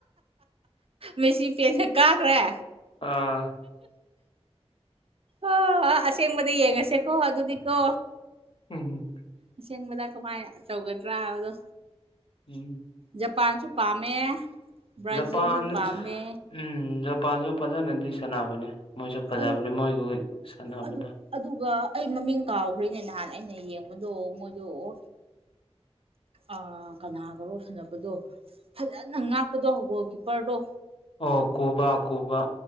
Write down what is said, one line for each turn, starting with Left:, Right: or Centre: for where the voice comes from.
Right: ꯃꯦꯁꯤ ꯄꯦꯅꯦ ꯀꯥꯈ꯭ꯔꯦ
Left: ꯑꯥ
Right: ꯑꯣ ꯑꯁꯦꯡꯕꯗ ꯌꯦꯡꯉꯁꯦꯀꯣ ꯑꯗꯨꯗꯤꯀꯣ
Left: ꯎꯝ
Right: ꯑꯁꯦꯡꯕꯗ ꯀꯃꯥꯏꯅ ꯇꯧꯒꯗ꯭ꯔꯥ ꯍꯥꯏꯕꯗꯣ
Left: ꯑꯝ
Right: ꯖꯄꯥꯟꯁꯨ ꯄꯥꯝꯃꯦ ꯕ꯭ꯔꯥꯖꯤꯜꯁꯨ
Left: ꯖꯄꯥꯟ
Right: ꯄꯥꯝꯃꯦ
Left: ꯎꯝ ꯖꯄꯥꯟꯁꯨ ꯐꯖꯅꯗꯤ ꯁꯥꯟꯅꯕꯅꯦ ꯃꯣꯏꯁꯨ ꯐꯖꯕꯅꯦ
Right: ꯑꯗꯨ
Left: ꯃꯣꯏꯒꯤ ꯁꯥꯟꯅꯕꯗ
Right: ꯑꯗꯨ ꯑꯗꯨꯒ ꯑꯩ ꯃꯃꯤꯡ ꯀꯥꯎꯈ꯭ꯔꯔꯤꯅꯦ ꯅꯍꯥꯟ ꯑꯩꯅ ꯌꯦꯡꯕꯗꯣ ꯃꯣꯏꯗꯣ ꯑꯣ ꯑ ꯀꯅꯥꯒꯔꯣ ꯁꯥꯟꯅꯕꯗꯣ ꯐꯖꯅ ꯉꯥꯛꯄꯗꯣ ꯒꯣꯜ ꯀꯤꯞꯄꯔꯗꯣ
Left: ꯑꯣ ꯀꯣꯕ ꯀꯣꯕ